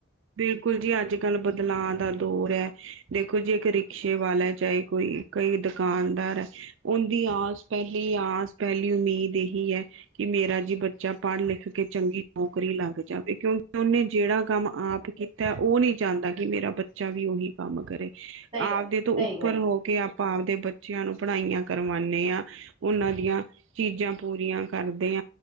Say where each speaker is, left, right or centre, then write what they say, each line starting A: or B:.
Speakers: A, on the right (about 75°); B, on the right (about 30°).
A: ਬਿਲਕੁਲ ਜੀ, ਅੱਜ ਕੱਲ ਬਦਲਾਅ ਦਾ ਦੌਰ ਏ, ਦੇਖੋ ਜੀ ਇੱਕ ਰਿਕਸ਼ੇ ਵਾਲਾ ਏ ਚਾਹੇ ਕੋਈ ਕਈ ਦੁਕਾਨਦਾਰ ਏ, ਔਂਦੀ ਆਸ, ਪਹਿਲੀ ਆਸ, ਪਹਿਲੀ ਉਮੀਦ ਏਹੀ ਕੀ ਏ, ਕਿ ਮੇਰਾ ਜੀ ਬੱਚਾ ਪੜ੍ਹ ਲਿਖ ਕੇ ਚੰਗੀ ਨੌਕਰੀ ਲੱਗ ਜਾਵੇ, ਕਿਉਂਕਿ ਉਹਨੇ ਜਿਹੜਾ ਕੰਮ ਆਪ ਕੀ ਕੀਤਾ ਏ, ਉਹ ਨਈ ਚਾਂਦਾ, ਕਿ ਮੇਰਾ ਬੱਚਾ ਵੀ ਔਹੀ ਕੰਮ ਕਰੇ।
B: ਸਹੀ
A: ਆਪਦੇ
B: ਗੱਲ ਹੈ
A: ਤੋਂ ਉੱਪਰ
B: ਸਹੀ ਗੱਲ ਹੈ
A: ਹੋ ਕੇ ਆਪ ਅਪਾਂ ਆਪ ਦੇ ਬੱਚਿਆਂ ਨੂੰ ਪੜ੍ਹਾਈਆਂ ਕਰਵਾਣੇ ਆ। ਉਹਨਾਂ ਦੀਆਂ ਚੀਜ਼ਾਂ ਪੂਰੀਆਂ ਕਰਦੇ